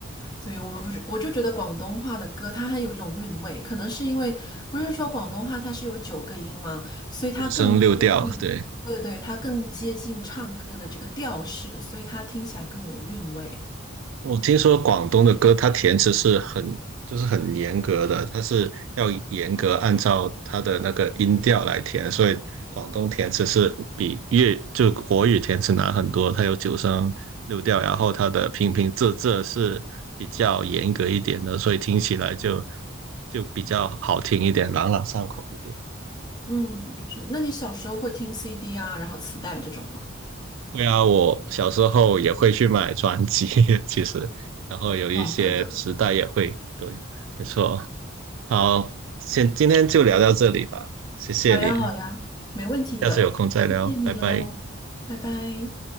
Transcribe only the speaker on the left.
所以我们不是，我就觉得广东话的歌它还有一种韵味，可能是因为不是说广东话它是有九个音吗？所以它更接近，
对对，它更接近唱歌的这个调式，所以它听起来更有韵味。
嗯，是。那你小时候会听 CD 啊，然后磁带这种吗？
嗯，会的。
好呀，好呀，没问题的，
谢谢你哦，
拜拜。